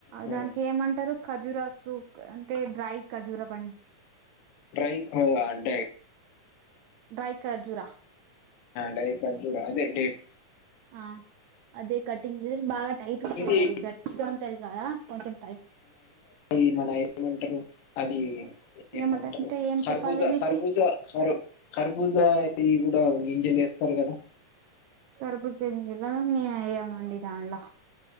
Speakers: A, on the left (about 85°); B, on the right (about 75°).
A: హ్మ్.
B: దానికి ఏమంటారు ఖజూరాస్తు అంటే డ్రై ఖజూర పం.
A: ట్రైంటడై.
B: డ్రై కజూరా.
A: డై కజూరా అదే డేట్.
B: ఆ అదే కటింగ్ బాగా టైట్ ఉంటుంది
A: ఇది
B: అది గట్టిగా ఉంటుది కదా కొంచెం టైట్.
A: ది మన ఏమంటారు అది. ఏమంటారు
B: ఏమంటారంటే ఏం
A: ఖర్బూజాఖర్బూజా
B: చెప్పాలి మీకి
A: సారీ ఖర్బూజా ఇది కూడా. ఏంజలుస్తారు కదా.
B: కర్పూ జం జిల్లా మ మీ అయ మండి దాన్లా.